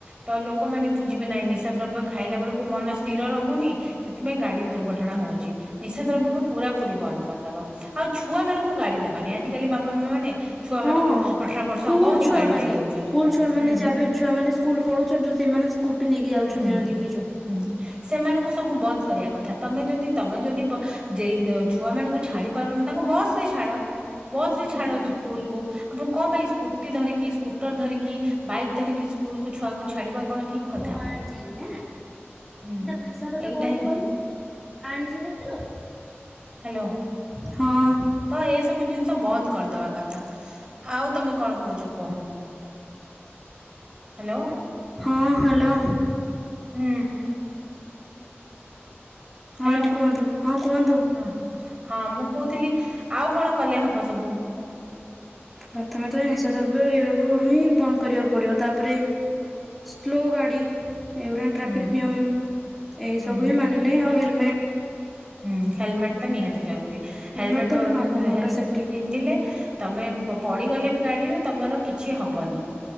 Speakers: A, on the right (about 20°); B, in the centre.
A: ତ ଲୋକମାନେ ବୁଝିବେ ନାହିଁ ନିଶା ଦ୍ରବ୍ୟ ଖାଇଲା ବେଳକୁ ମନ ସ୍ଥିର ରହୁନି ସେଥିପାଇଁ ଗାଡି ଦୁର୍ଘଟଣା ହଉଛି ନିଶା ଦ୍ରବ୍ୟକୁ ପୁରାପୁରି ବନ୍ଦ କରଦବା। ଆଉ ଛୁଆ ମାନଙ୍କୁ ଗାଡି ଦବାନି ଆଜିକାଲି ବାପା ମା ମାନେ ଛୁଆ
B: ହଁ।
A: ମାନଙ୍କୁ ଅଠର ବର୍ଷ
B: ସ୍କୁଲ
A: ହଉନି
B: ଛୁଆମାନେ
A: ଗାଡି ଦେଇ ଦଉଛନ୍ତି
B: ସ୍କୁଲ ଛୁଆମାନେ
A: ହୁଁ।
B: ଯାବେ ଛୁଆମାନେ ସ୍କୁଲ ପଢୁଛନ୍ତି ଯଉ ସେମାନେ ସ୍କୁଟି ନେଇକି ଯାଉଛନ୍ତି
A: ହୁଁ
B: ଆମେ ଦେଖିଛୁ।
A: ହୁଁ ସେମାନଙ୍କୁ ସବୁ ବନ୍ଦ କରିବା କଥା ତମେ ଯଦି ତମେ ଯଦି ବ ଯେଇଦ ଛୁଆ ମାନଙ୍କୁ ଛାଡି ପାରୁନି ତାଙ୍କୁ ବସ ରେ ଛାଡ ବସ ରେ ଛାଡ
B: ହଁ
A: ସ୍କୁଲକୁ। ଆପଣ କଣ ପାଇଁ ସ୍କୁଟି ଧରିକି ସ୍କୁଟର ଧରିକି ବାଇକ୍ ଧରିକି ସ୍କୁଲକୁୁ ଛୁଆକୁ ଛାଡିବା କଣ ଠିକ କଥା
B: ନୂଆ ଆଣିଛି ଏଇନା।
A: ହୁଁ।
B: ଏ ତା ଭାଷା ତୋତେ
A: ଏଇଟା
B: କହିବି
A: ହିଁ
B: କହିଲୁ ମା ଆଣିଛି <unintelligible>
A: ହାଲୋ।
B: ହଁ।
A: ତ ଏସବୁ ଜିନିଷ ବନ୍ଦ କରିଦବା କଥା, ଆଉ ତମେ କଣ କହୁଚ କୁହ। ହେଲୋ।
B: ହଁ ହାଲୋ।
A: ହୁଁ। ହ୍ୟାଲୋ।
B: ହଁ ଆଣ୍ଟି କୁହନ୍ତୁ ହଁ କୁହନ୍ତୁ।
A: ହଁ ହଁ ମୁଁ କହୁଥିଲି ଆଉ କଣ କଲେ ହବ ସବୁ?
B: ପ୍ରଥମେ ତ ନିଶାଦ୍ରବ୍ୟ ଏଇଗୁଡାକୁ ହିଁ ବନ୍ଦ କରିବାକୁ ପଡିବ, ତାପରେ ସ୍ଲୋ ଗାଡି ଏ ୟୁରା ଟ୍ରାଫିକ୍
A: ହୁଁ
B: ନିୟମ ଏଇ
A: ହୁଁ।
B: ସବୁ ହିଁ ମାନିଲେ ଆଉ ହେଲମେଟ୍
A: ହୁଁ ହେଲମେଟ୍ ଟା ନିହାତି ଜରୁରୀ
B: ହେଲମେଟ
A: ହେଲମେଟ୍
B: ତ ଆଗ ମୁଣ୍ଡ ସେଫ୍ଟି
A: ପିନ୍ଧିଲେ ତମେ ପଡିଗଲେ ବି ଗାଡିରୁ ତମର କିଛି ହବନି।